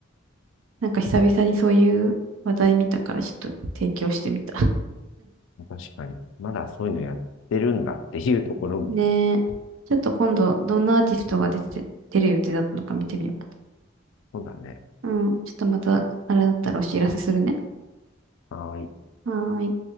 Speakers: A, on the right; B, on the left.
A: なんか久々にそういう話題見たから、ちょっと提供してみた。
B: 確かに。まだそういうのやってるんだっていうところも。
A: <laughs> ねえ。ちょっと今度、どんなアーティストが出て、出る予定だったのか見てみようか。
B: そうだね。
A: うん。ちょっとまた、あれだったらお知らせするね。
B: はい。
A: はーい。